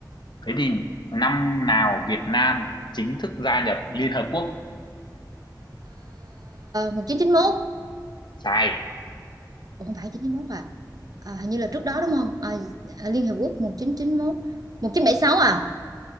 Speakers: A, on the left (about 75°); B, on the right (about 55°).
A: Thế thì năm nào Việt Nam chính thức gia nhập Liên Hợp Quốc?
B: 1991,
A: Sai.
B: Ủa, không phải 1991 à. À, hình như là trước đó đúng không? À, à, Liên Hiệp Quốc 1991, 1976 à?